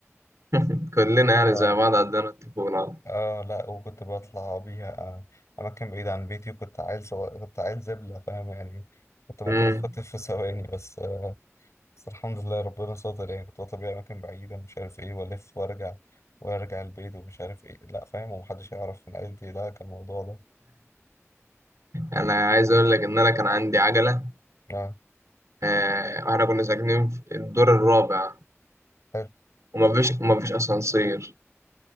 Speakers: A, on the right (about 80°); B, on the left (about 70°).
A: <laughs> كلنا يعني
B: والله.
A: زي بعض عندنا الطفوله
B: اه لا وكنت بطلع بيها آه، اماكن بعيدة عن بيتي وكنت عيل صغير كنت عيل زبلة فاهم يعني كنت ممكن
A: مم.
B: اتخطف في ثواني بس آه بس الحمد لله ربنا ستر يعني كنت بطلع بيها اماكن بعيدة مش عارف ايه والف وارجع وارجع البيت ومش عارف ايه لا فاهم ومحدش يعرف من عيلتي لا كان الموضوع ده
A: انا عايز اقول لك ان انا كان عندي عجله
B: لا
A: آه، واحنا كنا ساكنين في الدور الرابع
B: حلو
A: وما فيش وما فيش اسانسير